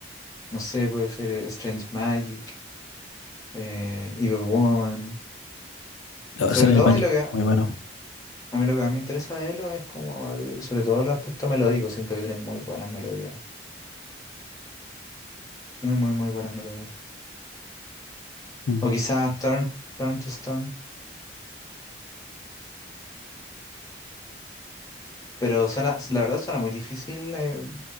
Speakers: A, on the left (about 20°); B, on the left (about 85°).
A: no sé, puede ser eh, Strange Magic, eh, Evil Woman.
B: No,
A: Sobre
B: ese Neo
A: todo
B: Magic,
A: en lo que, a
B: muy bueno.
A: mí lo que más me interesa de Elo es como, el- sobre todo los aspectos melódicos, siento que tiene muy buenas melodías, muy, muy, muy buenas melodías.
B: Mm.
A: O quizás Turn, Turn to Stone, pero suena, la verdad suena muy difícil. eh,